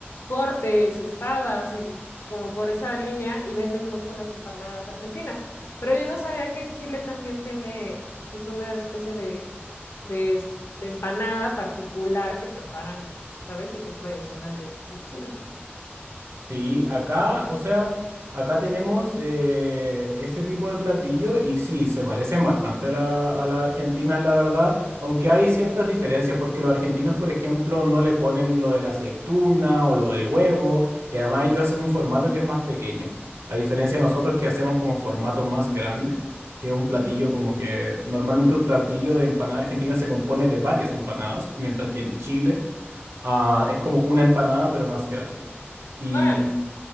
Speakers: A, on the left; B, on the right.
A: cortes, espadas y como por esa línea y venden mucho las empanadas argentinas. Pero yo no sabía que Chile también tiene pues una especie de, de, de empanada particular que preparan, ¿sabes? Y que es tradicional de de Chile.
B: Sí, acá, o sea, acá tenemos eh, este tipo de platillo y sí, se parecen bastante a la, a las argentinas, la verdad, aunque hay ciertas diferencias, porque los argentinos, por ejemplo, no le ponen lo de la aceituna o lo del huevo, y además ellos hacen un formato que es más pequeño, a diferencia de nosotros que hacemos como formato más grande, que es un platillo
A: Ujú.
B: como que normalmente un platillo de empanada argentina se compone de varias empanadas, mientras que en Chile ah, es como una empanada pero más grande. Y
A: Órale.